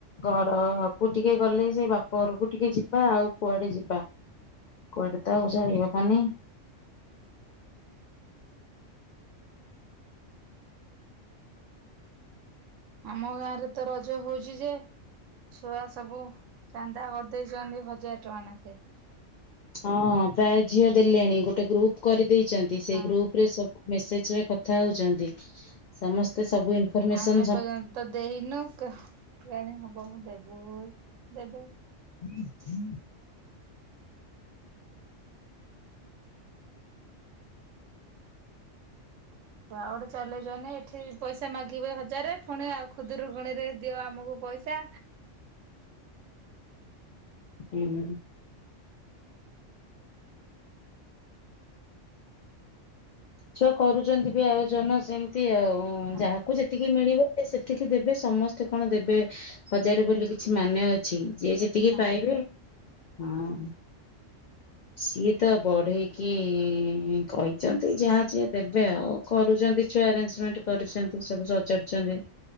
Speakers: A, on the left (about 75°); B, on the right (about 80°).
A: ଘରକୁ ଟିକେ ଗଲେ ସେଇ ବାପ ଘରକୁ ଟିକେ ଯିବା ଆଉ କୁଆଡେ ଯିବା କୁଆଡେ ତ ଆଉ ଯାଇହବନି।
B: ଆମ ଗାଁ ରେ ତ ରଜ ହଉଚି ଯେ ଛୁଆ ସବୁ ଚାନ୍ଦା ଆଦଇଛନ୍ତି ହଜାର ଟଙ୍କା ନାଖେ।
A: ହଁ ପ୍ରାୟ ଝିଅ ଦେଲେଣି ଗୋଟେ ଗ୍ରୁପ କରି ଦେଇଛନ୍ତି ସେ
B: ହଁ
A: ଗ୍ରୁପ ରେ ସବୁ ମେସେଜ ରେ କଥା ହଉଛନ୍ତି ସମସ୍ତେ ସବୁ ଇନଫରମେସନ
B: ଆମେ ଏପର୍ଯ୍ୟନ୍ତ ଦେଇନୁ କୁଆଡେ ହବ? ବହୁ ଦେବୁ ଦେବୁ।
A: ହୁଁ ହୁଁ।
B: <unintelligible> ଏଠି ପଇସା ମାଗିବେ ହଜାରେ ପୁଣି ଆଉ ଖୁଦରୁ କୁଣିରେ ଦିଅ ଆମକୁ ପଇସା।
A: ଉଁ ହୁଁ। ଛୁଏ କରୁଚନ୍ତି ବି ଆୟୋଜନ ସେମିତି ଆଉ। ହୁଁ
B: ହଁ
A: ଯାହାକୁ ଯେତିକି ମିଳିବ। ସେତିକି ଦେବେ ସମସ୍ତେ କଣ ଦେବେ ହଜାରେ ବୋଲି କିଛି ମାନେ ଅ ଛି ଯିଏ ଯେତିକି
B: ନା
A: ପାଇବେ।
B: ମ
A: ହଁ। ସିଏ ତ ବଢେଇକି କହିଚନ୍ତି ଯାହା ଯିଏ ଦେବେ ଆଉ କରୁଛନ୍ତି ଛୁଆ ଆରେଞ୍ଜମେଣ୍ଟ କରିଛନ୍ତି ସବୁ ସଜାଡଚନ୍ତି